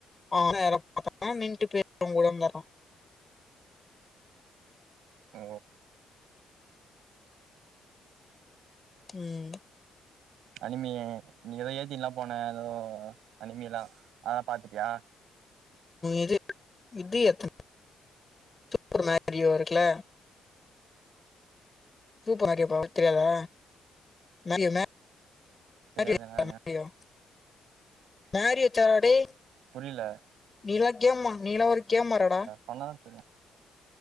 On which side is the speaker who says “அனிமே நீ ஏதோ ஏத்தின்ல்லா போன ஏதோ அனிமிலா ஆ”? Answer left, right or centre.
Right